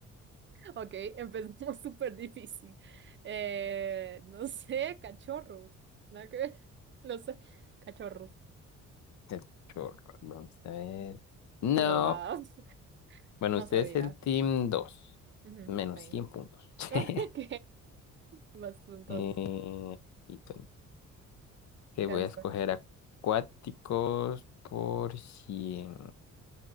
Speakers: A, on the right (about 40°); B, on the left (about 65°).
A: <laughs> Ok, empezamos súper difícil. Eh, no sé, cachorros. Nada que ver. <laughs> No sé, cachorros.
B: El chorro, vamos a ver. No,
A: Loas. <laughs>
B: bueno,
A: No
B: usted
A: sabía.
B: es el team 2,
A: Ujú,
B: menos
A: está bien.
B: 100 puntos.
A: <laughs>
B: <laughs>
A: Ok, vas tú entonces.
B: Eh, y ton- que
A: Gracias.
B: voy a escoger
A: pues.
B: acuáticos por cien,